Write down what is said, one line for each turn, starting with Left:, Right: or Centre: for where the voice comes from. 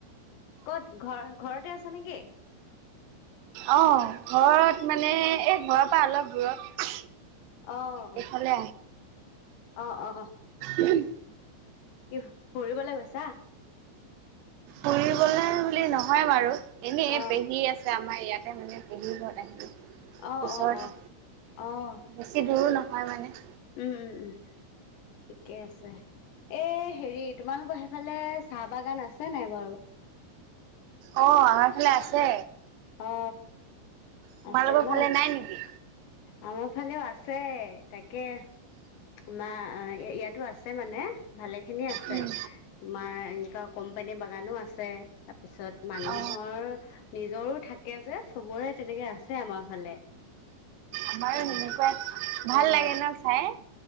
Left: ক'ত ঘৰ ঘৰতে আছ নেকি
Right: অ ঘৰত মানে এই ঘৰৰ পৰা অলপ দূৰত
Left: আহ
Right: এইফালে
Left: অ অ
Right: উম
Left: কি ফুৰিবলৈ গৈছা
Right: পঢ়িবলে বুলি নহয় বাৰু এনে
Left: অ',
Right: পেহী আছে আমাৰ ইয়াতে মানে পেহী ঘৰত আহি
Left: অ',
Right: ওচৰতে
Left: অ', অ', অ',
Right: বেছি দূৰো নহয় মানে
Left: উম উম উম ঠিকে আছে এ হেৰি তোমালোকৰ ইফালে চাহ বাগান আছে নাই বাৰু
Right: অ আমাৰ ফালে আছে
Left: অ
Right: তোমালোকৰ
Left: আছে ন
Right: ফালে নাই নেকি?
Left: আমাৰ ফালেও আছে তাকে। মা ইয়াতো আছে মানে ভালে। স খিনি আছে
Right: উম
Left: তোমাৰ এনেকুৱা কোম্পানীৰ বাগানো আছে। তাৰপিছত মানুহৰ
Right: অ
Left: নিজৰো থাকে যে চবৰে তেনেকে আছে আমাৰ ফালে।
Right: আমাৰো
Left: অ',
Right: এনেকুৱা ভাল
Left: অ',
Right: লাগে ন চাই।